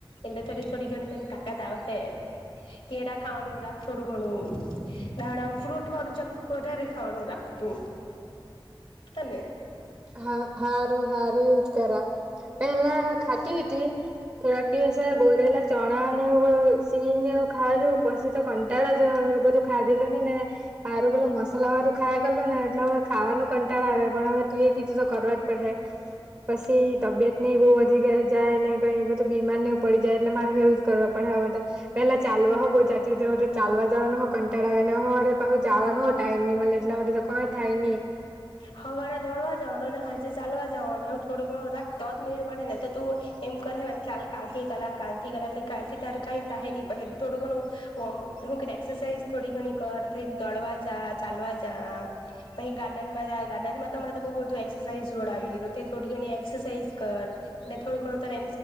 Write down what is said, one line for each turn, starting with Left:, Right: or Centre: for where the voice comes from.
Left: ને એટલે થો થોડી ઘણી તને કાકા ત હે કેળા ખાવાનું રા થોડું ઘણું દાડમ ફ્રૂટ વાળું ચક વધારે ખાવાનું રાખવું. તું અને <inaudible>
Right: હા હારું હારું દ તાર એલા ખાદી હો. થોડાક દિવસ બોરેલા ચણા ને સીનેવું ખાવા જો ઉપસ્થિત તો કંટાળો જો. એવુ બધું ખાધેલું ને ને આવેલું મસાલા વારું ખાયા કરલું ને એટલે હવે ખાવાનું કંટાળ આવે પણ હવે તું એ કીધું તો કરવા જ પડે. પછી તબિયત ઈ બહુ વધી જાય ને કઈ એ બધું બીમાર નને પડી જાય એટલે મારે એવું જ કરવા પડે. પેલા ચાલવા હો બહુ જતી ચાલવા જવાનું હો કંટાળ આવે ને હોરે જવાનું હો. એમની મ એટલા માટે તો કઈ થાય નહી.
Left: હવારે દોડવા જવાનું ને સાાંજે ચાલવા જવાનું થોડું ઘણું રાખતો જ મેળ પડે ને તો તું એમ કરે ચાલે કાલ થી ગાલા કાલ થી ગા પછ કાલ થી તારું કંઈ થ નહી પ થોડું ઘણું <inaudible> હું એક્સરસઝ થોડી ગણી કર દળવા જા ચાલવા જા. ગાર્ડન ગાર્ડનમાં તરે તો બ બ એક્રસાઝ જોડાવ થોડી ઘણી એક્સરસાઝ કર ને થોડું ઘણ તારે